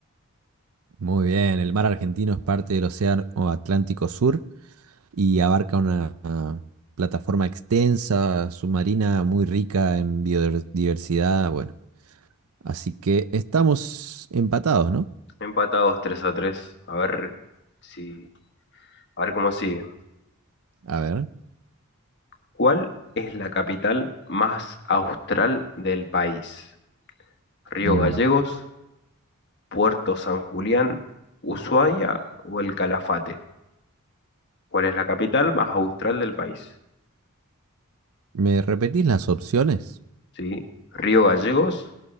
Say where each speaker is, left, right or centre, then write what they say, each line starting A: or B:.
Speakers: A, on the right; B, on the left.
A: Muy bien, el mar argentino es parte del Océano Atlántico Sur y abarca una ah, plataforma extensa, submarina, muy rica en biodiversidad. Bueno, así que estamos empatados, ¿no?
B: Empatados 3 a tres. a ver si, a ver cómo sigue.
A: A ver,
B: ¿Cuál es la capital más austral del país? ¿Río
A: mm,
B: Gallegos, Puerto San Julián, Ushuaia o el Calafate? ¿Cuál es la capital más austral del país?
A: ¿me repetís las opciones?
B: ¿Sí? ¿Río Gallegos,